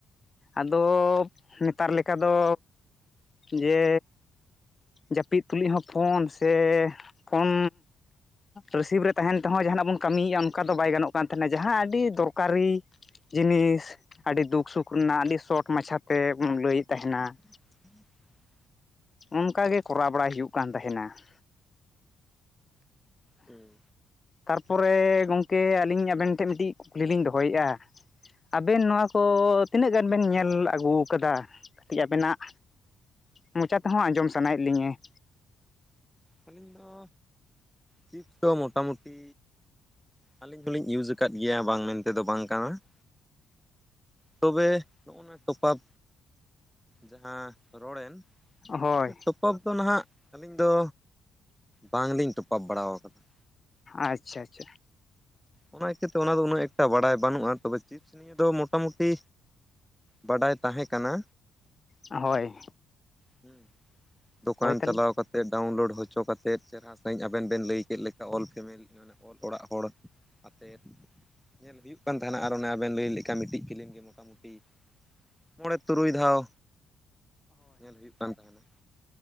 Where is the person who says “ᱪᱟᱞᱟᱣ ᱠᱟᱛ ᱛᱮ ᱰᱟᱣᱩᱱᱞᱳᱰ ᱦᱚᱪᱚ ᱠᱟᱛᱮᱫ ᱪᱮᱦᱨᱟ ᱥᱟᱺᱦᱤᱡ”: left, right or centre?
Centre